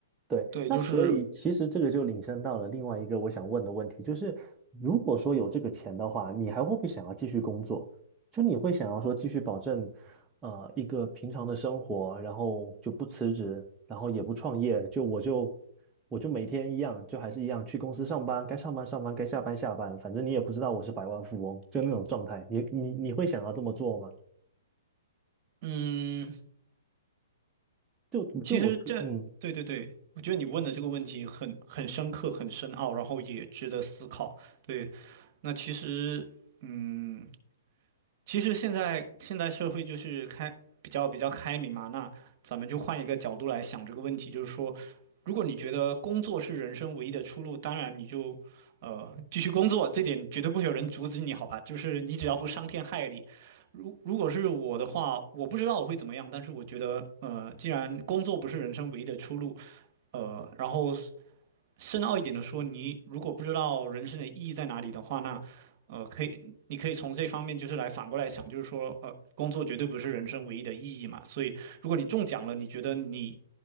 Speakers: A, on the right; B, on the right.
A: 对，
B: 对，
A: 那所以其实这个就引申到了另外一个我想问的问题，
B: 就是。
A: 就是如果说有这个钱的话，你还会不会想要继续工作？就你会想要说继续保证，呃，一个平常的生活，然后就不辞职，然后也不创业，就我就我就每天一样，就还是一样去公司上班，该上班上班，该下班下班，反正你也不知道我是百万富翁，就那种状态，你你你会想要这么做吗？
B: 嗯，
A: 就就我个嗯，
B: 其实这，对对对，我觉得你问的这个问题很很深刻、很深奥，然后也值得思考。对，那其实，嗯。其实现在现在社会就是开比较比较开明嘛，那咱们就换一个角度来想这个问题，就是说，如果你觉得工作是人生唯一的出路，当然你就，呃，继续工作，这点绝对不会有人阻止你，好吧？<laughs> 就是你只要不伤天害理。如如果是我的话，我不知道我会怎么样，但是我觉得，呃，既然工作不是人生唯一的出路，呃，然后深奥一点的说，你如果不知道人生的意义在哪里的话，那呃，可以，你可以从这方面就是来反过来想，就是说，呃，工作绝对不是人生唯一的意义嘛。所以，如果你中奖了，你觉得你